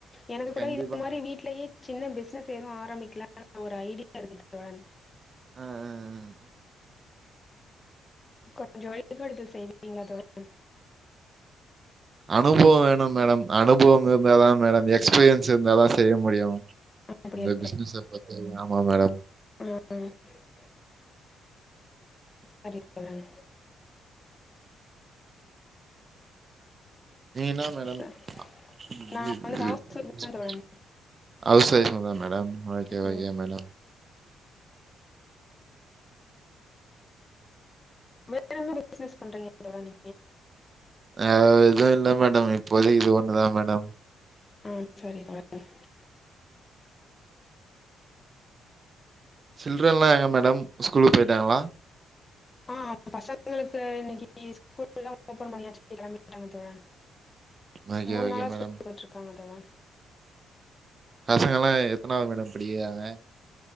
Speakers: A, on the left; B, on the right.
A: எனக்கு கூட
B: கண்டிப்பா
A: இதே மாதிரி வீட்லயே சின்ன பிசினஸ் எதுவும் ஆரம்பிக்கலானு ஒரு ஐடியா இருக்கு தோழன்
B: ஆஹ் ஹ் ஹ்
A: கொஞ்சம் <unintelligible> செய்வீங்களா தோழன்
B: அனுபவம் வேணும் மேடம் அனுபவம் இருந்தாதான் மேடம் எக்ஸ்பீரியன்ஸ் இருந்தாதான் செய்ய முடியும்
A: அப்படியா
B: இந்த பிஸினஸை பொறுத்து ஆமாம் மேடம்
A: ம் சரி தோழன்
B: நீங்க என்ன மேடம்
A: ச-
B: <unintelligible>
A: நான் வந்து ஹவுஸ் ஒய்ஃப் தான் தோழன்
B: ஓகே
A: ம்.
B: ஓகே மேடம்
A: வேற என்ன பிசினஸ் பண்றீங்க தோழன்
B: ஆஹ எதுவு இல்ல மேடம் இப்போதைக்கி இது ஒண்ணுதா மேடம்
A: ஆஹ் சரி தோழர்
B: சில்டரன்ல்லா எங்க மேடம் ஸ்கூலுக்கு போயிட்டாங்களா
A: ஆஹ் பசங் இவுங்ளுக்கு இன்னிக்கு ஸ்கூல்லாம் ஓபன் பண்ணியாச்சு கெளம்பிட்டாங்க தோழர்
B: ஓகே
A: மூணு
B: ஓகே
A: நாளா
B: மேடம்
A: ஸ்கூலுக்கு போயிட்டுருக்காங்க தோழா
B: பசங்கல்லாம் எத்தனாவது மேடம் இருக்காங்க